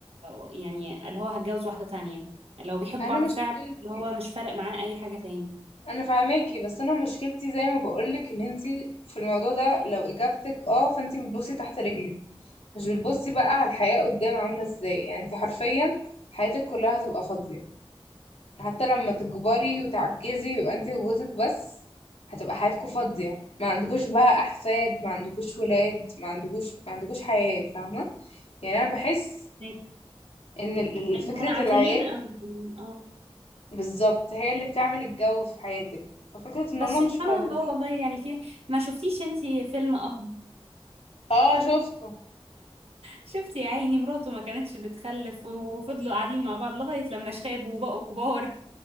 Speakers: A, on the right; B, on the left.
A: و... يعني اللي هو هتجوز واحده تانية لو بيحبوا
B: انا
A: بعض
B: مشكلتي
A: فعلا اللي هو مش فارق معاه اي حاجه تاني
B: انا فاهماكي بس انا مشكلتي زي ما بقولك ان انتي في الموضوع ده لو اجابتك اه فانتي بتبصي تحت رجلك مش بتبصي بقى على الحياة قدام عاملة ازاي يعني انتي حرفيا حياتك كلها هتبقى فاضية حتى لما تكبري وتعجزي ويبقى انتي وجوزك بس هتبقى حياتكوا فاضية ما عندكوش بقى احفاد ما عندكوش ولاد ما عندكوش ما عندكوش حياة فاهمة يعني انا بحس
A: ماشي
B: ان ال- ال-
A: طيب
B: فكرة
A: منعزلين
B: العيال
A: قوي يعني، اه
B: بالظبط هي اللي بتعمل الجو في حياتك ففكرة ان
A: بس
B: هما
A: سبحان
B: مش موجودين
A: الله والله يعني في ما شفتيش انتي فيلم اب
B: اه شفته
A: شفتي يا عيني مراته ما كانتش بتخلف وفضلوا قاعدين مع بعض لغاية لما شابوا وبقوا كبار